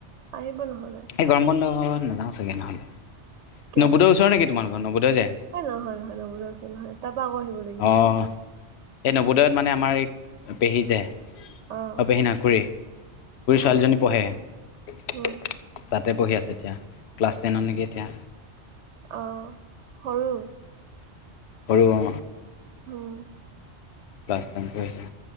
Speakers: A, on the right (about 80°); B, on the left (about 70°).
A: আহিব নহয়।
B: সেই গৰম বন্ধ নাযাও চাগে নহ'লে।
A: কিয়
B: নৱোদয়ৰ ওচৰ নেকি তোমালোকৰ নৱোদয় যে
A: অ, নহয় নহয় ন <unintelligible> নহয় তাপা আকৌ <unintelligible> লাগিব।
B: অঁ এই নৱোদয়ত মানে আমাৰ এই পেহী যে
A: অ',
B: পেহী না খুৰী সৰু ছোৱালীজনী
A: অ',
B: পঢ়ে তাত
A: উম,
B: তাতে পঢ়ি আছে এতিয়া ক্লাছ টেনত নেকি এতিয়া।
A: অ সৰু?
B: হৰু অ।
A: আহ।
B: পাই কৰি